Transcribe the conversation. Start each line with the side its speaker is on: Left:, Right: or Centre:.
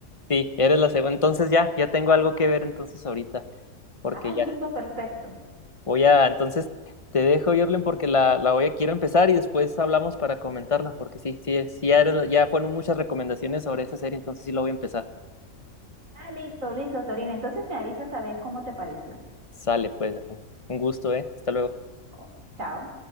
Left: Sí, eres la segunda. Entonces ya, ya tengo algo que ver entonces ahorita, porque
Right: Ah, listo,
Left: ya.
Right: perfecto.
Left: Voy a, entonces te dejo, Jorlen, porque la, la voy a, quiero empezar y después hablamos para comentarla, porque sí, sí, sí, ya, eres- ya fueron muchas recomendaciones sobre esa serie, entonces sí la voy a empezar.
Right: Ah, listo, listo, Torina. Entonces me avisas a ver cómo te pareció.
Left: Sale, pues, Jorlen. Un gusto, ¿eh? Hasta luego.
Right: Oh, chao.